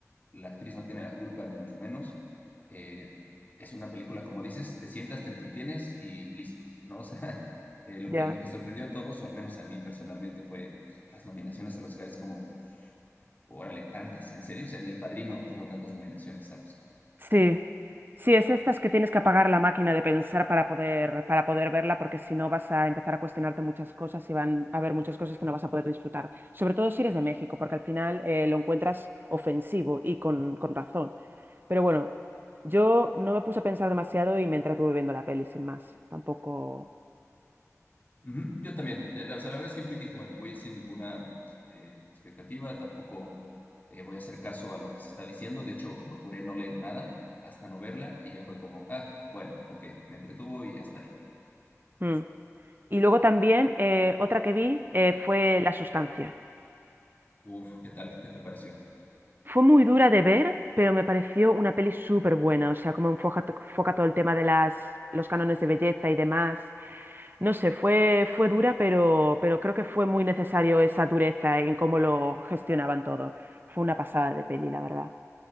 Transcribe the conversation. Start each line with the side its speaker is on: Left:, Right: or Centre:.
Left: la actriz no tiene la culpa, ni mucho menos. Eh, es una película, como dices, te sientas, te entretienes y listo, ¿no? O sea, <laughs> eh, lo
Right: ya.
Left: que, lo que sorprendió a todos, o al menos a mí personalmente, fue las nominaciones a los Oscar, como Órale, tantas, en serio, o sea, ni El Padrino tuvo tantas nominaciones al Oscar.
Right: Sí. Sí, es estas que tienes que apagar la máquina de pensar para poder, para poder verla, porque si no vas a empezar a cuestionarte muchas cosas y van a haber muchas cosas que no vas a poder disfrutar. Sobre todo si eres de México, porque al final eh, lo encuentras ofensivo y con, con razón. Pero bueno, yo no me puse a pensar demasiado y me entretuve viendo la peli sin más. Tampoco.
Left: Ujú, Yo también, ya, la- o sea, la verdad es que fui y dije, bueno, voy sin ninguna eh, expectativa, tampoco eh, voy a hacer caso a lo que se está diciendo, de hecho, procuré no leer nada hasta no verla y ya fue como, ah, bueno, ok, me entretuvo y hasta ahí.
Right: Mm. Y luego también eh, otra que vi eh, fue La Sustancia.
Left: Uf, ¿qué tal? ¿Qué te pareció?
Right: Fue muy dura de ver, pero me pareció una peli súper buena. O sea, como enfoca, enfoca todo el tema de las, los cánones de belleza y demás. No sé, fue, fue dura, pero, pero creo que fue muy necesario esa dureza en cómo lo gestionaban todo. Fue una pasada de peli, la verdad.